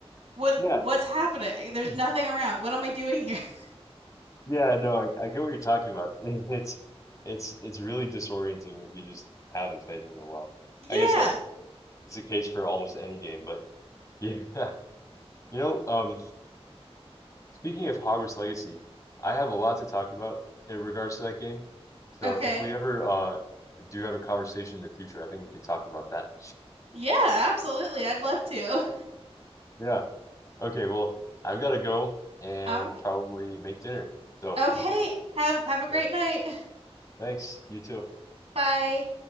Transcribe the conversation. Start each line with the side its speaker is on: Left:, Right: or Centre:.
Right: What
Left: Yeah.
Right: what's happening? There's
Left: it's-
Right: nothing around. What am I doing here? <laughs>
Left: Yeah, no, I, I get what you're talking about. <laughs> It's it's it's really disorienting if you just haven't played in a while.
Right: Yeah.
Left: I guess that it's the case for almost any game, but yeah. <laughs> You know, um Speaking of Hogwarts Legacy, I have a lot to talk about in regards to that game. So
Right: Okay.
Left: if we ever uh do have a conversation in the future, I think we could talk about that.
Right: Yeah, absolutely. I'd love to.
Left: Yeah. Okay, well, I've got to go and
Right: All right.
Left: probably make dinner. So,
Right: Okay. Have have a great
Left: well,
Right: night.
Left: thanks. You too.
Right: <laughs> Bye.